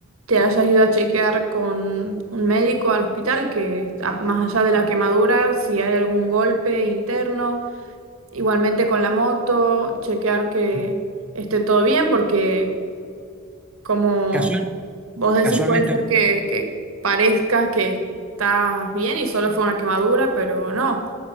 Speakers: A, on the right; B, in the centre.
A: te hayas ido a chequear con un médico al hospital, que a- más allá de la quemadura, si hay algún golpe interno Igualmente con la moto, chequear que
B: Mm.
A: esté todo bien, porque como
B: Casual-
A: vos decís,
B: casualmente,
A: puede ser que, que parezcas que estás bien y solo fue una quemadura, pero no,